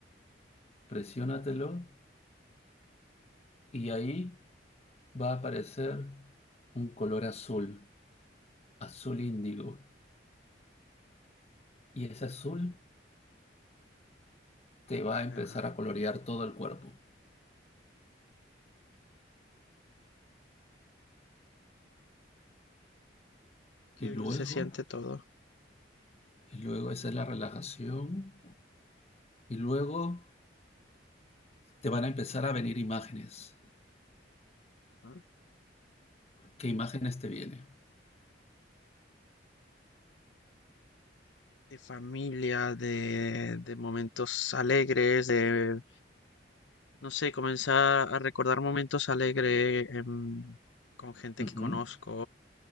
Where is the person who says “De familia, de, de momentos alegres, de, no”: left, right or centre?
Left